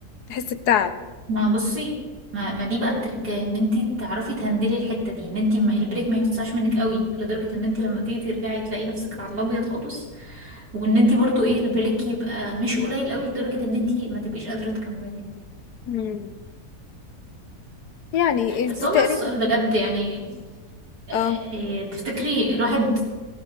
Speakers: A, on the left; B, on the right.
A: باحس بتعب.
B: ما بصي ما, ما دي بقى التركية ان انتي تعرفي تهندلي الحتة دي ان انتي ما البريك ما يوسعش منك قوي لدرجة ان انتي لما تيجي ترجعي تلاقي نفسك على الأبيض خالص وان انتي برضو ايه البريك يبقى مش قليل قوي لدرجة ان انتي ما تبقيش قادرة تكملي
A: إمم، يعني
B: بس
A: دي
B: هو
A: تقريبًا
B: بقى السؤال بجد يعني آه،
A: آه،
B: تفتكري الواحد